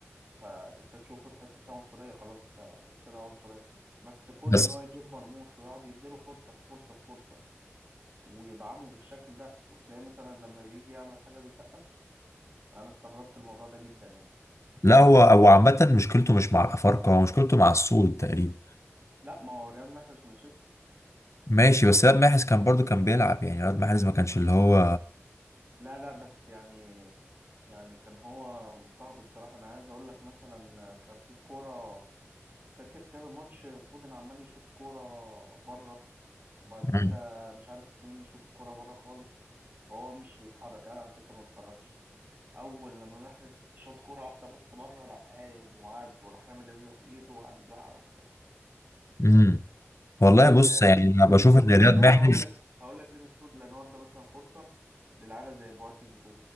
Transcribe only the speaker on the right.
فانت تشوفه تحس فيه عنصريه خلاص انت كده عنصريه بس كون
ان هو يجيب مرموش ويقعد يديله فرصه بفرصه بفرصه ويدعمه بالشكل ده وتلاقيه مثلا لما بيجي يعمل حاجه بيسقف انا استغربت الموضوع ده جدا يعني
لا ما هو رياض محرز مش اسود
لا لا بس يعني يعني كان هو مضطهد بصراحه انا عايز اقول لك مثلا كان في كوره فاكر كذا ماتش فودن عمال يشوط كوره بره وبعد كده
مش عارف مين يشوط الكوره بره خالص وهو مش بيتحرك قاعد على الدكه ما بيتحركش اول لما محرز شاط كوره واحده بس بره راح قايم وقعد وراح رامي الازازه في ايده وقعد يزعق وبتاع
آه
مسعود
لان
هو
هقول لك هقول لك ليه مسعود لان هو ادى مثلا فرصه للعيبه زي بواتنج و...